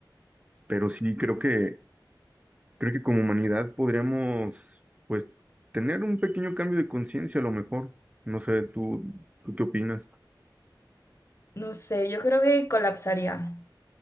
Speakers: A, on the right (about 20°); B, on the left (about 35°).
A: Pero sí creo que, creo que como humanidad podríamos, pues, tener un pequeño cambio de conciencia a lo mejor. No sé, ¿tú, tú qué opinas?
B: No sé, yo creo que colapsaría.